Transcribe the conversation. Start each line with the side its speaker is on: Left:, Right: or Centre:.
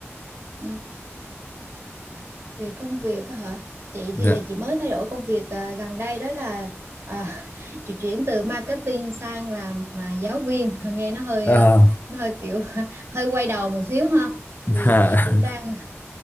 Right: ừ về công việc á hả chị
Left: dạ
Right: thì chị mới thay đổi công việc à, gần đây đó là à, <laughs> chị chuyển từ marketing sang làm à, giáo viên <laughs> nghe nó hơi
Left: Ờ.
Right: à, nó hơi kiểu <laughs> hơi quay đầu một xíu ha
Left: <laughs>
Right: thì chị
Left: dạ
Right: cũng đang